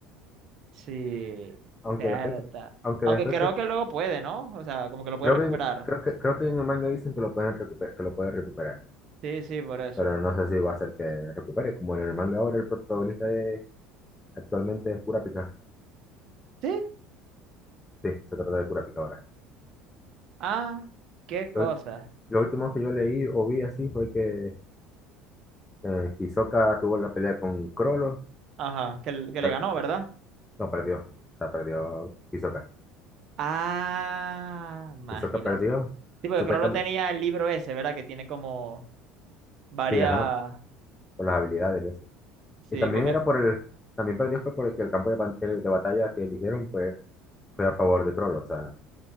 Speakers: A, on the right; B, on the left.
A: sí,
B: Aunque
A: verdad.
B: después, cre- aunque
A: Aunque
B: después
A: creo
B: creo,
A: que luego puede, ¿no? O sea, como que lo puede
B: creo
A: recuperar.
B: que en- creo que creo que en el manga dicen que lo pueden recuperar, que lo puede recuperar.
A: Sí, sí, por eso.
B: Pero no sé si va a ser que recupere. Como en el manga ahora el protagonista de- actualmente es Kurapika.
A: ¿Sí?
B: Sí, se trata de Kurapika ahora.
A: Ah, qué cosa.
B: Lo, lo último que yo leí o vi así fue que eh, Hisoka tuvo la pelea con Crollo.
A: Ajá, que, le- que
B: Per-
A: le ganó, ¿verdad?
B: no, perdió. O sea, perdió Hisoka.
A: Ah, imagínate.
B: Hisoka perdió.
A: Sí, porque
B: Supuestamente.
A: creo lo tenía el libro ese, ¿verdad? Que tiene como varias.
B: Sí, ajá. Por las habilidades
A: Sí,
B: Y también
A: porque.
B: era por el, también perdió fue porque el campo de, pan- el de batalla que eligieron pues fue a favor de Crollo, o sea,